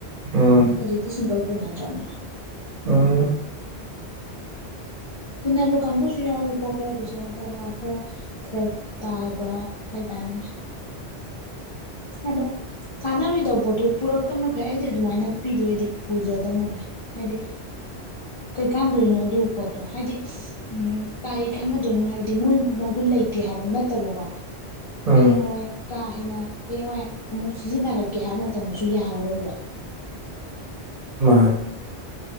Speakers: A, on the right; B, on the left.
A: ꯎꯝ
B: ꯍꯧꯖꯤꯛꯇꯤ ꯁꯤꯡꯒꯜ ꯄꯨꯅꯗ꯭ꯔꯝꯅ
A: ꯑꯝ
B: ꯄꯨꯅꯕ ꯀꯥꯡꯕꯨꯁꯨ ꯌꯥꯎꯋꯀꯣ ꯈꯔ ꯄꯩꯁꯥ ꯈꯔ ꯈꯔ ꯐꯔꯛ ꯇꯥꯕ ꯍꯥꯏꯇꯥꯔꯦ ꯑ ꯑꯗꯨꯅꯦ ꯑꯗꯣ ꯀꯥꯟꯅꯔꯣꯏꯗꯕ ꯄꯣꯠꯇꯨ ꯄꯨꯔꯛꯇꯕꯅ ꯐꯩ ꯑꯩꯗꯤ ꯑꯗꯨꯃꯥꯏꯅ ꯄꯤꯗꯣꯏꯗꯤ ꯄꯨꯖꯗꯕꯅ ꯐꯩ ꯍꯥꯏꯗꯤ ꯀꯩꯀꯥꯟꯗꯣꯏꯅꯣ ꯑꯗꯨ ꯄꯣꯠꯇꯣ ꯍꯥꯏꯗꯤ ꯎꯝ ꯀꯥꯏ ꯀꯥꯟꯅꯗꯣꯏꯅꯣ ꯍꯥꯏꯕꯗꯤ ꯃꯣꯏ ꯃꯒꯨꯟ ꯂꯩꯇꯦ ꯍꯥꯏꯕ ꯅꯠꯇꯕꯀꯣ
A: ꯎꯝ
B: ꯍꯌꯦꯡꯋꯥꯏ ꯀꯥ ꯍꯦꯟꯅ ꯍꯌꯦꯡꯋꯥꯏ ꯑꯃꯨꯛ ꯁꯤꯖꯤꯟꯅꯔꯛꯀꯦ ꯍꯥꯏꯕ ꯃꯇꯝꯗꯁꯨ ꯌꯥꯔꯔꯣꯏꯕ
A: ꯃꯥ